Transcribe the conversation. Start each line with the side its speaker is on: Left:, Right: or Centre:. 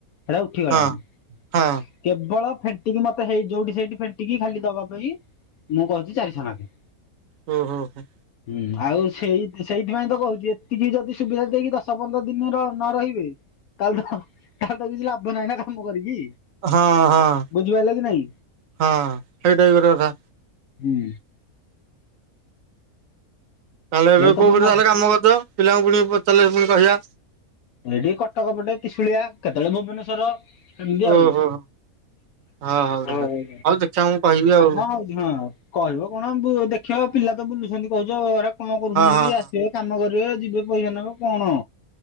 Left: ସେଟା ଉଠିଗଲାଣି।
Right: ହଁ ହଁ।
Left: କେବଳ ଫେଣ୍ଟିକି ମତେ ହେଇ ଯୋଉଠି ସେଇଠି ଫେଣ୍ଟିକି ଖାଲି ଦବା ପାଇଁ ମୁଁ କହୁଛି ଚାରିଶ ଲାଖେ
Right: ହଁ ହଁ ହଁ
Left: ହୁଁ ଆଉ ସେଇ ସେଇଥିପାଇଁ ତ କହୁଛି ଏତିକି ଯଦି ସୁବିଧା ଦେଇକି ଦଶ ପନ୍ଦର ଦିନରେ ନ ରହିବେ ତାହାଲେତ ତାହାଲେ ତ କିଛି ଲାଭ ନହିଁ ନା କାମ କରିକି।
Right: ହଁ ହଁ
Left: ବୁଝିପାରିଲ କି ନାଇଁ
Right: ହଁ ସେଇଟା ଏ ଗୋଟେ କଥା।
Left: ହୁଁ
Right: ତାହେଲେ ଏବେ
Left: ଯଦି
Right: କୋଉଠଟି
Left: ତମର ନ
Right: ତାହେଲେ କାମ କରିଦ ପିଲାଙ୍କୁ ପୁଣି ପଚାରିଲେ ପୁଣି କହିବା।
Left: ଏଇଠି କଟକ ପଟେ ତିସୁଳିଆ କେତେବେଳେ ଭୁବନେଶ୍ୱର। ସେମିତି ଆଉଉ
Right: ଓହୋ ହଁ ହଉ
Left: ଆଉ।
Right: ହଉ ଦେଖିବା ମୁଁ କହିବି ଆଉ
Left: ହଁ କହିବ କଣ ଦେଖିବ ପିଲା ତ ବୁଲୁଛନ୍ତି କହୁଛ ହେରା କଣ କରୁଛନ୍ତି
Right: ହଁ।
Left: କି? ଆସିବ କାମ କରିବେ ଯିବେ ପଇସା ନେବେ କଣ?